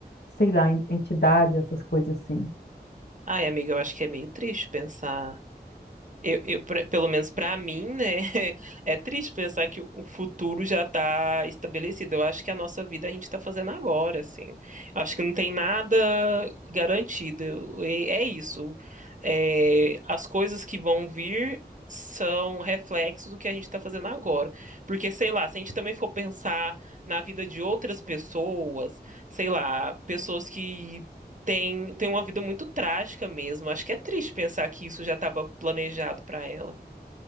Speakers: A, on the left (about 80°); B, on the right (about 50°).
A: sei lá, en- entidade, essas coisas assim?
B: Ai, amiga, eu acho que é meio triste pensar Eu, eu, pra- pelo menos para mim, né? <laughs> É triste pensar que o o futuro já está estabelecido. Eu acho que a nossa vida a gente está fazendo agora, assim. Acho que não tem nada garantido. Eu- e- É isso. É, as coisas que vão vir são reflexos do que a gente está fazendo agora. Porque, sei lá, se a gente também for pensar na vida de outras pessoas, sei lá, pessoas que tem, tem uma vida muito trágica mesmo. Acho que é triste pensar que isso já estava planejado para ela.